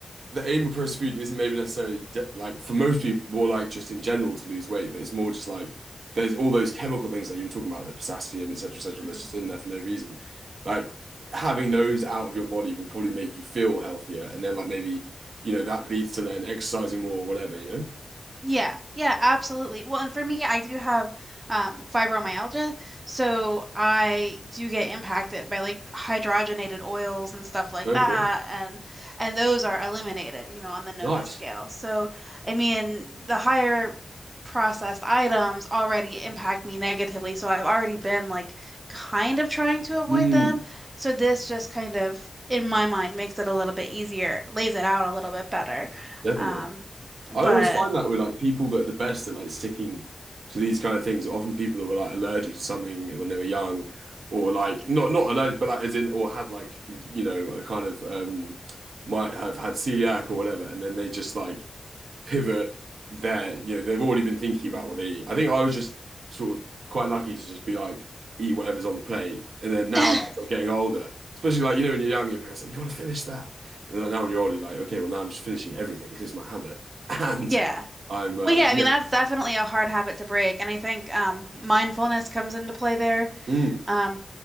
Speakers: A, on the right; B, on the right.
A: the aim of processed food isn't maybe necessarily de- like for most people more like just in general to lose weight, but it's more just like there's all those chemical things that you were talking about, the potassium, etc., etc.,
B: <laughs>
A: that's just in there for no reason. Like having those out of your body will probably make you feel healthier, and then like maybe you know that leads to then exercising more or whatever. You
B: Yeah, yeah, absolutely. Well, and for me, I do have um, fibromyalgia, so I do get impacted by like hydrogenated oils and stuff like
A: know? Okay,
B: that, and and those are eliminated, you know, on the Nova
A: nice.
B: scale. So, I mean, the higher processed items already impact me negatively, so I've already been like kind of trying to avoid
A: Mm,
B: them. So this just kind of, in my mind, makes it a little bit easier, lays it out a little bit better.
A: definitely.
B: Um, but
A: I always find that with like people that are the best at like sticking to these kind of things, often people that were like allergic to something when they were young, or like not not allergic, but like as in or had like you know a kind of um might have had celiac or whatever, and then they just like pivot there. You know, they've already been thinking
B: Mhm.
A: about what they eat. I think I was just sort of quite lucky to just be like, eat whatever's on the plate. And then now
B: <laughs>
A: as I'm getting older, especially like, you know, when you're young, your parents are like, you want to finish that. And then now when you're older, you're like, okay, well, now I'm just finishing everything because it's my habit. <laughs> And
B: Yeah.
A: I'm, uh,
B: Well, yeah, I
A: yeah,
B: mean that's definitely a hard habit to break, and I think um, mindfulness comes into play there.
A: mm,
B: Um,